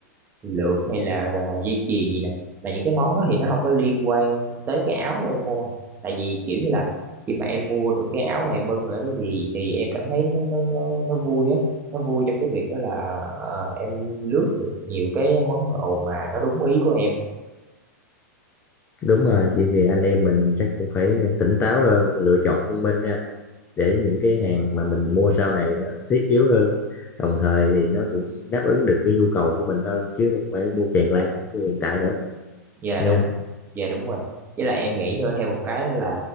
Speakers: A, on the right; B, on the left.
A: lược hay là ờ, dây chuyền gì nè là những cái món đó thì nó không có liên quan tới cái áo của em mua tại vì kiểu như là khi mà em mua được cái áo mà em ưng rồi đó thì thì em cảm thấy nó nó nó, nó vui á nó vui trong cái việc đó là ờ, em lướt được nhiều cái món đồ mà nó đúng ý của em
B: Đúng rồi, vậy thì anh em mình chắc cũng phải tỉnh táo hơn, lựa chọn thông minh ha. để những cái hàng mà mình mua sau này nó thiết yếu hơn đồng thời thì nó cũng đáp ứng được cái nhu cầu của mình hơn chứ không phải mua tràn lan như hiện tại nữa
A: dạ
B: nghe
A: đúng
B: em
A: dạ đúng rồi với lại em nghĩ nữa thêm một cái đó là